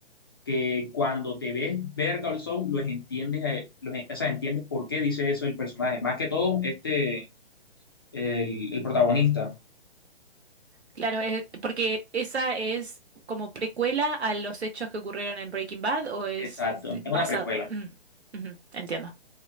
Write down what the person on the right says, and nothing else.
Claro, eh, porque esa es como precuela a los hechos que ocurrieron en Breaking Bad o es
basado...
Mm, ujú, entiendo.